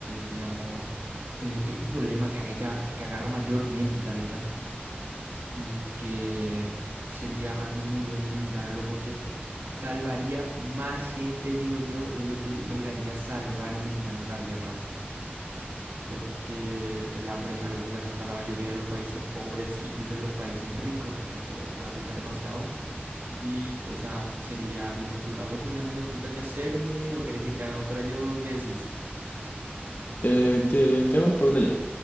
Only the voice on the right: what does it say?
digamos, eh, es un problema que, agalla- que agarra mayormente el planeta y que sería algo muy bueno eliminarlo porque salvaría más gentes, digo yo, de lo que lograría salvar eliminando las guerras, porque el hambre es algo que le azota a la mayoría de los países pobres, incluso en los países ricos, esto puede afectar demasiado. Y esa sería mi postura. ¿Vos tenés alguna pregunta que hacerme o querés que te haga otra yo? ¿Qué decís?